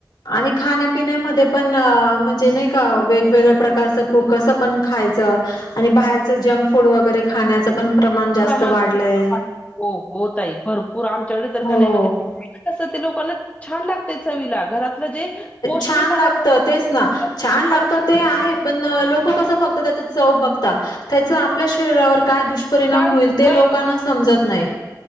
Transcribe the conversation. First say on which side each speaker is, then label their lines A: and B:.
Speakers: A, on the left; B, on the left.
A: आणि खाण्यापिण्यामध्ये पण म्हणजे नाही का वेगवेगळ्या प्रकारचं कुकसं पण खायचं आणि बाहेरच जंक फूड वगैरे खाण्याचं पण जास्त
B: प्रमाण
A: वाढलंय
B: हो होत आहे भरपूर आमच्याकडे तर
A: हो
B: नाही आहे म्हणजे तसं ते लोकांना छान लागतय चवीला घरातलं जे पौष्टिक
A: छान
B: आहार
A: लागत
B: आहे,
A: तेच ना
B: लोकांना
A: छान लागतं
B: खावं-
A: ते आहे पण लोक कसं फक्त त्या चव बघता त्याचं आपल्या शरीरावर काय दुष्परिणाम दुष्परिणाम
B: काय
A: होईल ते
B: मै
A: लोकांना समजत नाही